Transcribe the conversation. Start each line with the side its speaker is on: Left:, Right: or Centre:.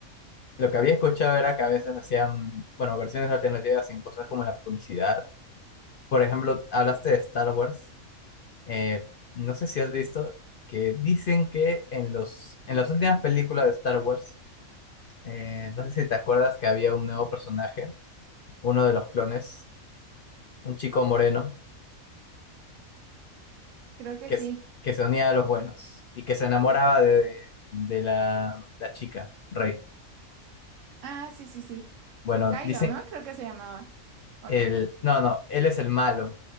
Left: Lo que había escuchado era que a veces hacían, bueno, versiones alternativas en cosas como la publicidad. Por ejemplo, hablaste de Star Wars. Eh, no sé si has visto que dicen que en los, en las últimas películas de Star Wars, eh, no sé si te acuerdas que había un nuevo personaje, uno de los clones, un chico moreno,
Right: Creo que
Left: que,
Right: sí.
Left: s- que se unía a los buenos y que se enamoraba de, de la, la chica, Rey.
Right: Ah, sí, sí, sí.
Left: Bueno,
Right: Kylo,
Left: dicen,
Right: ¿no? Creo que se llamaba, ¿o
Left: El,
Right: no?
Left: no, no, él es el malo.